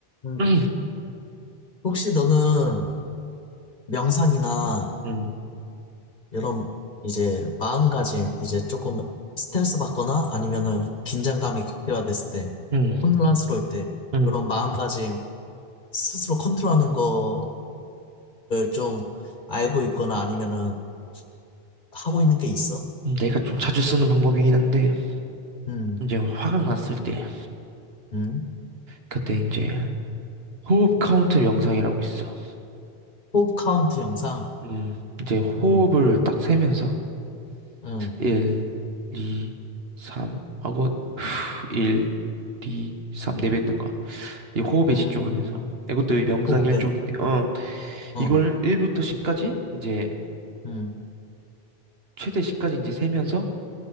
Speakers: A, on the left; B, on the right.
A: 음.
B: 음,
A: 혹시 너는 명상이나
B: 음,
A: 이런 이제 마음가짐 이제 조금 스트레스 받거나 아니면은 긴장감이 극대화됐을 때
B: 음,
A: 혼란스러울 때
B: 음.
A: 이런 마음가짐 스스로 컨트롤하는 거를 좀 알고 있거나 아니면은 하고 있는 게 있어?
B: 음, 내가 좀 자주 쓰는 방법이긴 한데,
A: 음,
B: 이제 화가 났을 때,
A: 음.
B: 그때 이제 호흡 카운트 명상이라고 있어.
A: 호흡 카운트 영상.
B: 음, 이제 호흡을
A: 음,
B: 딱 세면서,
A: 음,
B: 1, 2, 3 하고, 후, 1, 2, 3 내뱉는 거야. 이 호흡에
A: 음.
B: 집중하면서. 이것도 명상
A: 호흡에.
B: 일종인데, 어,
A: 어,
B: 이걸 1부터 10까지, 이제,
A: 음,
B: 최대 10까지 이제 세면서